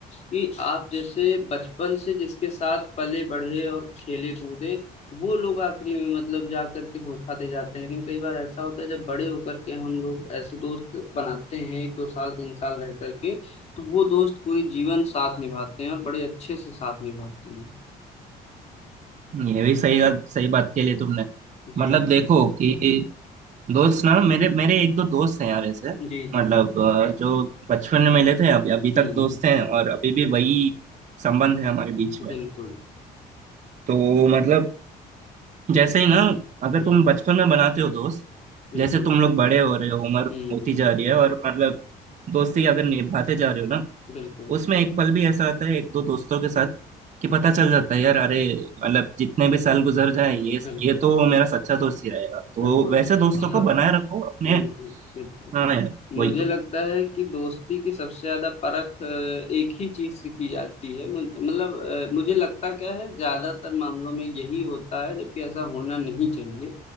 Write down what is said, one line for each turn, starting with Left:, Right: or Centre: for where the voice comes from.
Left: कि आप जैसे बचपन से जिसके साथ पले बढ़े और खेले कूदे वो लोग आखिरी में मतलब जा करके धोखा दे जाते हैं लेकिन कई बार ऐसा होता है जब बड़े होकर के हम लोग ऐसे दोस्त बनाते हैं एक दो साल तीन साल रह करके तो वो दोस्त पूरे जीवन साथ निभाते हैं और बड़े अच्छे से साथ निभाते हैं
Right: ये भी सही बात सही बात के लिए तुमने
Left: जी
Right: मतलब देखो कि दोस्त ना मेरे मेरे एक दो दोस्त हैं यार ऐसे
Left: जी जी
Right: मतलब अ, जो बचपन में मिले थे अभी अभी तक
Left: हम्म
Right: दोस्त हैं और अभी भी वही संबंध है हमारे बीच में
Left: बिल्कुल
Right: तो मतलब जैसे ही ना अगर
Left: जी
Right: तुम बचपन में बनाते हो दोस्त
Left: बिल्कुल
Right: जैसे तुम लोग बड़े हो रहे हो उम्र
Left: हम्म
Right: होती जा रही है और मतलब दोस्ती अगर निभाते जा रहे हो ना
Left: बिल्कुल
Right: उसमें एक पल भी ऐसा आता है एक दो दोस्तों के साथ कि पता चल जाता है यार अरे मतलब जितने भी साल गुजर जाए ये
Left: बिल्कुल
Right: ये तो मेरा सच्चा दोस्त ही रहेगा तो
Left: बिल्कुल
Right: वैसे दोस्तों
Left: बहुत
Right: को बनाए रखो अपने
Left: जी जी, बिल्कुल
Right: हाँ यार
Left: मुझे
Right: वही तो
Left: लगता है कि दोस्ती की सबसे ज्यादा परख अ, एक ही चीज से की जाती है मुझ- मतलब अ, मुझे लगता क्या है ज्यादातर मामलों में यही होता है जबकि ऐसा होना नहीं चाहिए